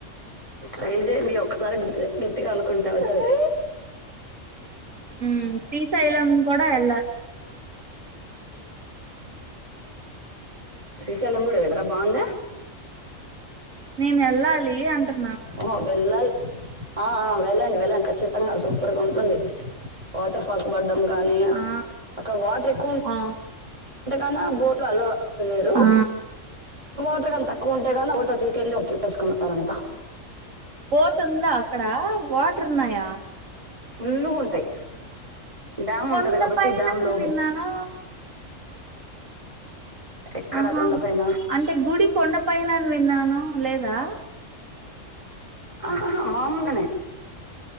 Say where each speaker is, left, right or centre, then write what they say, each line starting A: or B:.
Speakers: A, on the right; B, on the right.
A: ట్రై చేయండి ఒకసారి గట్టిగా అనుకుంటా అవుతది
B: ఉ శ్రీశైలం కూడా ఎలా
A: శ్రీశైాలం కూడా వెళ్ళావా బాగుందా
B: నేను వెళ్ళాలి అంటున్న
A: ఓ వెళ్లాలి ఆ వెళ్ళండి వెళ్ళండి ఖచ్చితంగా సూపర్ గా ఉంటుంది వాటర్ ఫాల్స్ బ గాని
B: ఆ
A: అక్కడ వాటర్ ఎక్కువ
B: ఆ
A: ఎంతకన్నా బోట్లు ఇయరు
B: ఆ
A: వాఓటర్ కానీ తక్కువ ఉంటే కానీ ఒకటో తీసుకెళ్ళి ఒక చెప్పేసుకుంటారంట
B: బోట్ ఉందా అక్కడ వాటర్ ఉన్నాయా
A: ఫుల్ గా ఉంటాయి డ్యామ్
B: కొండ
A: ఉంటది కాబట్టి
B: పైన
A: డ్యామ్
B: అని
A: లో
B: విన్నాను
A: ఎక్కడ
B: ఆహా
A: కొండ పైన
B: అంటే గుడి కొండపైనను అని విన్నాను లేదా
A: హా హా మామూలుగానే